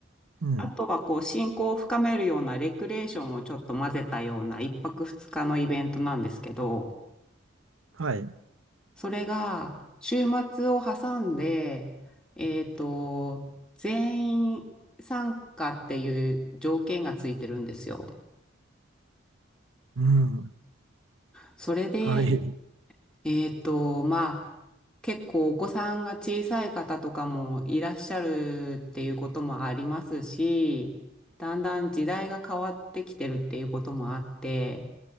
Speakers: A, on the right; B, in the centre.
A: うん。
B: あとはこう、親交を深めるようなレクレーションをちょっと混ぜたような一泊二日のイベントなんですけど、
A: はい。
B: それが週末を挟んで、えっと、全員参加っていう条件がついてるんですよ。
A: うん。
B: それで、
A: はい。
B: えっと、まあ、結構お子さんが小さい方とかもいらっしゃるっていうこともありますし、だんだん時代が変わってきてるっていうこともあって、